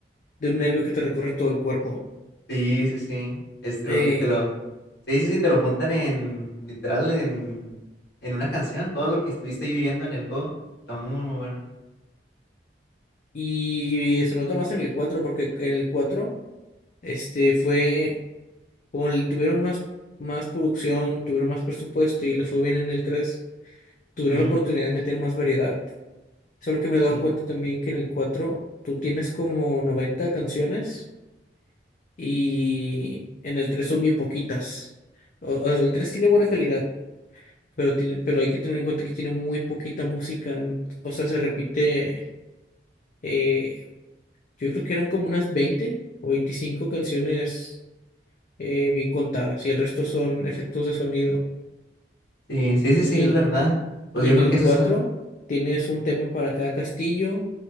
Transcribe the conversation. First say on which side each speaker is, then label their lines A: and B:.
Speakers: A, on the left; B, on the left.
A: de un nervio que te recorre todo el cuerpo.
B: sí, sí. sí. Este,
A: Eh,
B: porque te lo. Sí, sí, sí, te lo juntan en. Literal, en. En una canción, todo lo que estuviste viviendo en el juego. Está muy, muy bueno.
A: y, y se nota más en el 4 porque en el 4 Este fue, como le tuvieron más, más producción, tuvieron más presupuesto y les fue bien en el tres tuvieron
B: Ujú,
A: la oportunidad de meter más variedad. solo que me he dado
B: Sí,
A: cuenta también que en el 4 tú tienes como 90 canciones y en el 3 son bien poquitas. O- o- el 3 tiene buena calidad, pero, tiene- pero hay que tener en cuenta que tiene muy poquita música. O sea, se repite, eh, yo creo que eran como unas 20 o 25 canciones eh, bien contadas y el resto son efectos de sonido.
B: sí, sí, sí, sí,
A: Y
B: es
A: en,
B: verdad. Pues
A: y
B: yo
A: en
B: creo
A: el
B: que eso
A: 4
B: es. ah,
A: tienes un tema para cada castillo,